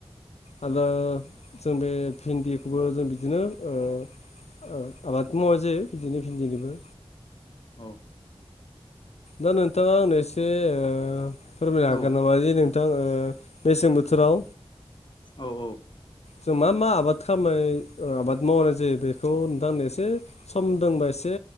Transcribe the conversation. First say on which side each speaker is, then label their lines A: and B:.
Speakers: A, on the left; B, on the left.
A: आ- जों बे भिन्दिखौबो जों बिदिनो ओ- ओ आबाद मावनाय जायो बिदिनो बिन जलिबो
B: औ-
A: दा- नोंथाङा आंनो एसे ओ- फोरमायनो हागोन
B: औ
A: नामा जे नोंथां ओ- मेसें बोथोराव
B: औ- औ
A: जों मा मा आबाद खालामो ओ- खालामनाय आबाद मावनाय जायो बेखौ नोंथांनो एसे सम दंबा एसे एसे